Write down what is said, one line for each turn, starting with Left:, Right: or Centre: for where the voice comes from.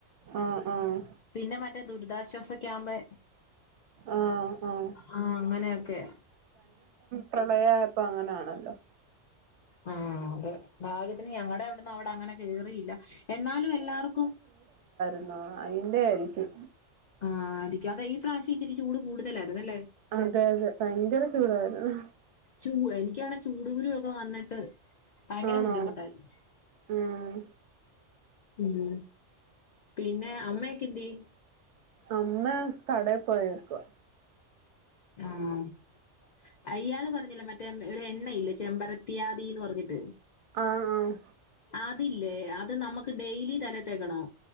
Right: ആഹ് ആഹ്
Left: പിന്നെ മറ്റേ ദുരിതാശ്വാസ ക്യാബ്
Right: ആഹ് ആഹ്
Left: ആ അങ്ങനെയൊക്കെ
Right: പ്രളയപ്പോ അങ്ങനൊണല്ലോ?
Left: ആഹ് അതെ ഭാഗ്യത്തിന് ഞങ്ങടെ അവിടന്ന് അവിടെ അങ്ങനെ കേറിയില്ല എന്നാലും എല്ലാവർക്കും.
Right: ആഹ് അയിന്റെ ആയിരിക്കും.
Left: ആഹ് ആത്തിക്ക അതാ ഈ പ്രാവശ്യം ഇച്ചിരി ചൂട് കൂടുതലാ രുന്നല്ലേ?
Right: അതെ അതെ ഭയങ്കര ചൂടായിരുന്നു.
Left: ചൂ എനിക്ക് ആനകി ചൂട്ക്കുരു ഒക്കെ വന്നിട്ട് ഭയങ്കര
Right: ആണോ
Left: ബുദ്ധിമു <unintelligible>
Right: ഉം
Left: മ്മ് പിന്നെ അമ്മേക്കെ എന്തെ
Right: അമ്മേ കാടെ പോയക്കുവ
Left: ആഹ് അയാള് പറഞ്ഞില്ലെ മറ്റേ ഒരു എണ്ണയില്ലേ ചെമ്പരത്തിയാദിന്ന് പറഞ്ഞിട്ട്.
Right: ആഹ് ആഹ്
Left: അതില്ലേ അത് നമുക്ക് ഡെയിലി തലക്ക് തേക്കണേ